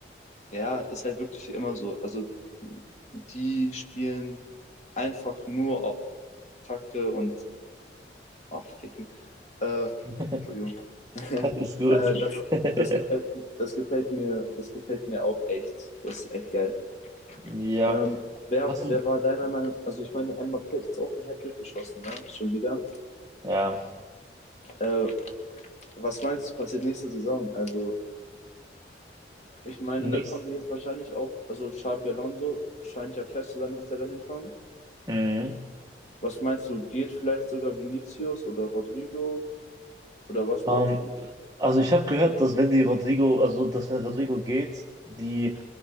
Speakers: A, on the left; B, on the right.
A: ja, ist halt wirklich immer so. Also, die spielen einfach nur auf Attacke und auch ficken. Äh,
B: <laughs>
A: Entschuldigung. <laughs> äh,
B: Alles gut.
A: das,
B: <laughs>
A: das gefällt, das gefällt mir, das gefällt mir auch echt. Das ist echt geil.
B: Ja,
A: Ähm, wer,
B: hast du,
A: wer war deiner Meinung, also ich meine, Mbappé hat jetzt auch einen Hattrick geschossen, ne? Schon wieder.
B: ja,
A: Äh, was meinst du, passiert nächste Saison? Also ich meine,
B: nichts.
A: da kommt er jetzt wahrscheinlich auch, also Xabi Alonso scheint ja fest zu sein, dass der da hinkommt.
B: Mhm.
A: Was meinst du, geht vielleicht sogar Vinicius oder Rodrigo? Oder was
B: Ähm,
A: glaubst du?
B: also ich habe gehört, dass wenn die Rodrigo, also dass wenn Rodrigo geht, die